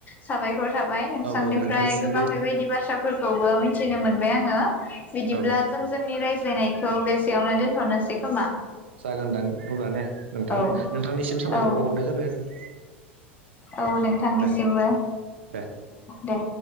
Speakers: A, on the left; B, on the right.
A: साबायखर थाबाय नोंसांनिफ्राय
B: औ औ नोंथांनिसिमबो
A: गोबां बेबायदि बाथ्राफोरखौबो मिथिनो मोनबाय आङो। बिदिब्ला
B: औ
A: जों जोंनि रायजायनायखौ बेसेयावनो दोनथ'नोसै खोमा
B: जागोनदां अब्ला ने नोंथां
A: औ
B: नोंथांनिसिम साबायखर
A: औ
B: बाव हरनाय जाबाय आरो।
A: औ नोंथांनिसिमबो
B: दे दे
A: दे